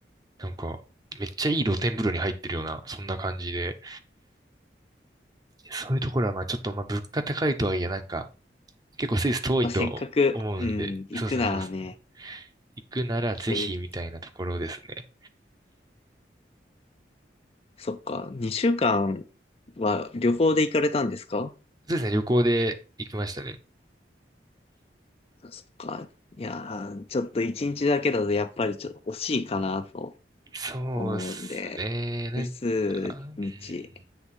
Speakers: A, on the right; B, on the left.
A: なんか、めっちゃいい露天風呂に入ってるような、そんな感じで、そういうところは、まあちょっと、まあ物価高いとはいえ、なんか、結構スイス遠いと思うんで、
B: まあ、せっかく、うん、行くならね、
A: そうですね、そうですね。行くならぜひみたいなところですね。
B: そういう、そっか、2週間は旅行で行かれたんですか
A: そうですね、旅行で行きましたね。
B: そっか、いやー、ちょっと1日だけだとやっぱりちょっと惜しいかなと
A: そうですね、
B: 思うんで、
A: なんか、
B: 複数日
A: うん、